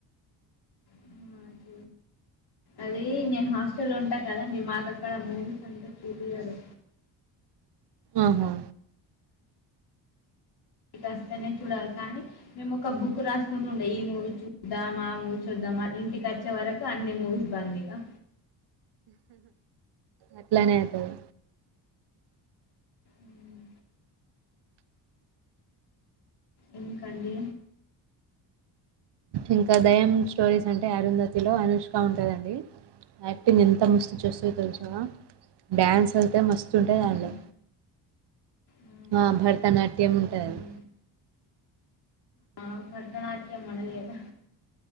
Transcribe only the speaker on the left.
ఆ! చూ అది నేను హాస్టల్ లో ఉంటాన్ కదండి మాకు అక్కడ మూవీస్ అంతా చూపియ్యారు.
ఇట్ అస్తే నే చూడాలి కానీ, మేము ఒక బుక్ రాసుకుంటూ ఉండే ఈ మూవీ చూద్దాం, ఆ మూవీ చూద్దాం. మని ఇంటికచ్చే వరకు అన్ని మూవీస్ బంద్ ఇగా.
హ్మ్. ఎందుకండి.
ఉమ్, ఆహా,
అండి అవ్ భరతనాట్యం మనదిగదా.